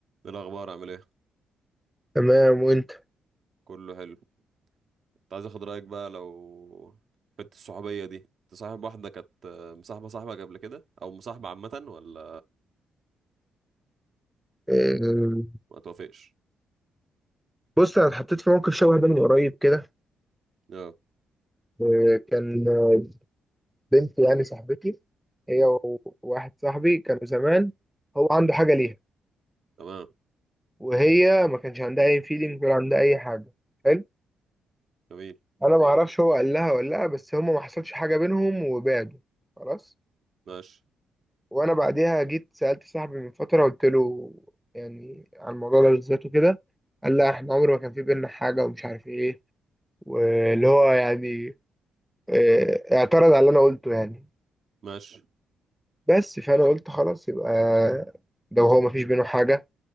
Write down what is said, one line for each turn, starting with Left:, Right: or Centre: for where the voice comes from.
Right: ايه الاخبار عامل ايه
Centre: تمام وانت
Right: كله حلو كنت عايز اخد رايك بقى لو حته الصحوبيه دي انت صاحب واحده كانت آه، مصاحبه صاحبك قبل كده او مصاحبه عامه ولا
Centre: آه،
Right: ما توافقش
Centre: بص انا اتحطيت في موقف شبه ده من قريب كده
Right: اه
Centre: آه، كان آه، بنت يعني صاحبتي هي وواحد صاحبي كانوا زمان هو عنده حاجه ليها
Right: تمام
Centre: وهي ما كانش عندها اي فيلينج ولا عندها اي حاجه حلو
Right: جميل
Centre: انا ما اعرفش هو قال لها ولا لا بس هما ما حصلش حاجه بينهم وبعدوا خلاص
Right: ماشي
Centre: وانا بعديها جيت سالت صاحبي من فتره قلت له يعني عن الموضوع ده بالذات وكده قال لا احنا عمر ما كان في بينا حاجه ومش عارف ايه واللي هو يعني آه، اعترض على اللي انا قلته يعني
Right: ماشي
Centre: بس فانا قلت خلاص يبقى ده وهو مفيش بينه حاجه